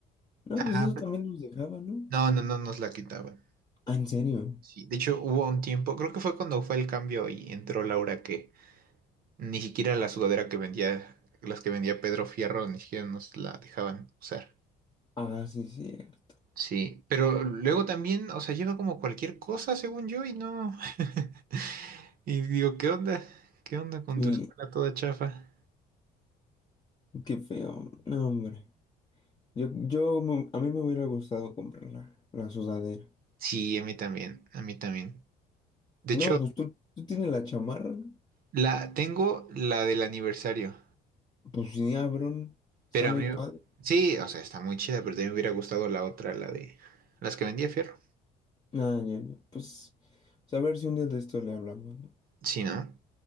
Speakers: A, on the left (about 25°); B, on the right (about 60°).
A: no,
B: ajá.
A: pues eso
B: pe-
A: también nos dejaba, ¿no?
B: No, no, no nos la quitaban.
A: Ah, ¿en serio?
B: Sí, de hecho hubo un tiempo, creo que fue cuando fue el cambio y entró Laura que ni siquiera la sudadera que vendía, las que vendía Pedro Fierro, ni siquiera nos la dejaban usar.
A: Ah, sí, cierto.
B: Sí, pero luego también, o sea, lleva como cualquier cosa, según yo, y no. <laughs> Y digo, ¿qué onda? ¿Qué onda con
A: Sí,
B: tu escuela toda chafa?
A: qué feo. No, hombre. Yo, yo, me- a mí me hubiera gustado comprar la, la sudadera.
B: Sí, a mí también, a mí también. De
A: No,
B: hecho,
A: pues tú, tú tienes la chamarra, ¿no?
B: la tengo la del aniversario,
A: Pues sí, abrón. Está
B: pero
A: muy
B: a mí
A: padre.
B: sí, o sea, está muy chida, pero también me hubiera gustado la otra, la de las que vendía Fierro.
A: Ah, ya, ya. Pues, pues, a ver si un día de esto le hablamos, ¿no?
B: Sí, ¿no?